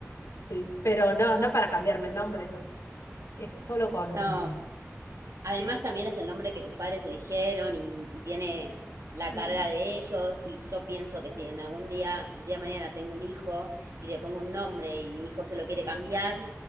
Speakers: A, on the left (about 60°); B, on the right (about 70°).
A: sí, pero no, no para cambiarme el nombre, no eh, solo con...
B: No, Además,
A: sí,
B: también es el nombre que tus padres eligieron y, y tiene la
A: mm,
B: carga de ellos. Y yo pienso que si en algún día, el día de mañana, tengo un hijo y le pongo un nombre y mi hijo se lo quiere cambiar,